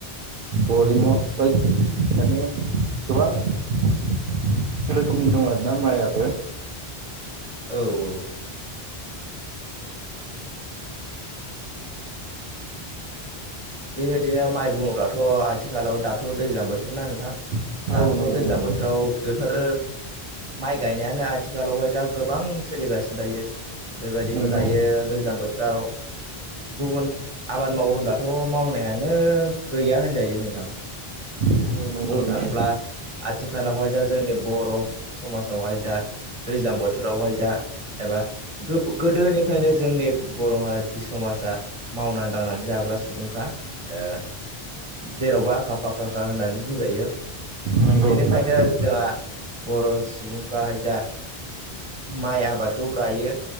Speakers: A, on the right; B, on the right.
A: फरिमल <unintelligible> माने गोबां रोखोमनि दं आरोना माइयाबो
B: औ औ बेबायदिनो माइ बुङोब्लाथ' आथिखालाव दाथ' दैज्लां बोथोरना नोंथां
A: औ
B: दाथ'
A: नंगौ
B: दैज्लां
A: नोंथां
B: बोथोराव बेफोर माइ गायनायानो आथिखालावहाय जा गोबां सोलिगासिनो दायो। बेबायदिथ'
A: नंगौ
B: दायो दैज्लां बोथोराव गुबुन आबाद मावो होनबा थ' मावनायानो गैया होनजायो नोंथां।
A: औ नंगौ
B: बुंनो
A: नोंथां
B: थाङोब्ला आथिखालावहाय जा जोंनि बर' समाजावहाय जा दैज्लां बोथोरावहाय जा एबा गो-गोदोनिफ्रायनो जोंनि बर'हा थि समाव जा मावनानै दांनानै जाग्रा सुबुंखा ओ जेरावबो आखा फाखाखा होननानै बुंजायो
A: नंगौ
B: बेनिखायनो
A: नोंथां
B: जोंहा बर' सुबुंफ्राहाय जा माइ आबादखौ गायो